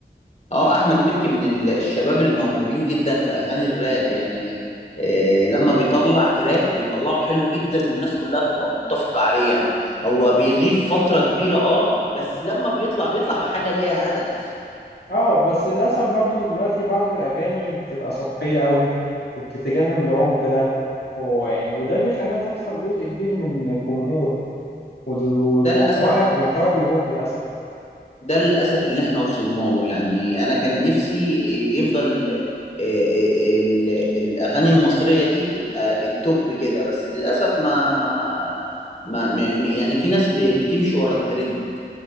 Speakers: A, on the left; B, on the left.
A: اه احمد مكي من ال- الشباب الموهوبين جدا في اغاني الراب يعني آه لما بيطلع تراك بيطلعه حلو جدا والناس كلها بتبقى متفقة عليه يعني هو بيغيب فترة كبيرة اه بس لما بيطلع بيطلع بحاجة ليها هدف
B: اه بس للأسف برضو دلوقتي بعض الأغاني بتبقى سطحية قوي وبتتجنب العمق ده و- وده بيخليها تخسر جزء كبير من الجمهور ود- ومحتواها
A: ده للأسف
B: محتواها بيروح للأسف
A: ده للأسف اللي احنا وصلنا له يعني انا كان نفسي يفضل آه، آه، ال- الاغاني المصرية دي تبقى التوب كده بس للأسف ما ما ما م- م- يعني في ناس ب- بتمشي ورا الترند